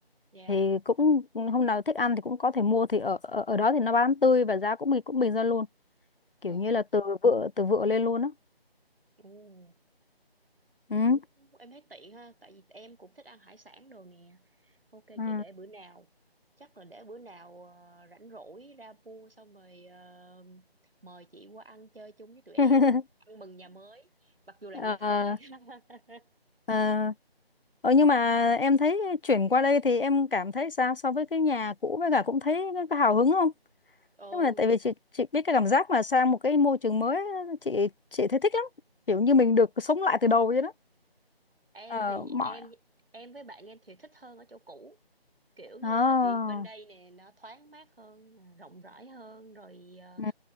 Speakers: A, on the right (about 65°); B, on the left (about 60°).
A: Dạ.
B: thì cũng hôm nào thích ăn thì cũng có thể mua thì ở ở, ở đó thì nó bán tươi và giá cũng bình cũng bình dân luôn kiểu
A: Dạ
B: như là từ vựa từ vựa lên luôn á
A: Ồ,
B: ừ,
A: thì cũng em thấy tiện ha, tại vì em cũng thích ăn hải sản đồ nè. Ok,
B: ừ.
A: để để bữa nào, chắc là để bữa nào ờ, rảnh rỗi ra mua xong rồi ờ, mời chị qua ăn chơi chung với tụi em,
B: <laughs>
A: ăn mừng nhà mới, mặc dù là
B: Ờ,
A: nhà thuê. <laughs>
B: À, ờ, nhưng mà em thấy chuyển qua đây thì em cảm thấy sao so với cái nhà cũ với cả cũng thấy có hào hứng không?
A: Ờ,
B: Nhưng mà tại vì chị chị biết cái cảm giác mà sang một cái môi trường mới chị chị thấy thích lắm. Kiểu như mình được sống lại từ đầu vậy đó.
A: em
B: Ờ
A: thì em
B: mọi
A: em với bạn em thì thích hơn ở chỗ cũ, kiểu như
B: à,
A: là tại vì bên đây nè nó thoáng mát hơn, rộng rãi hơn rồi ờ,
B: ừ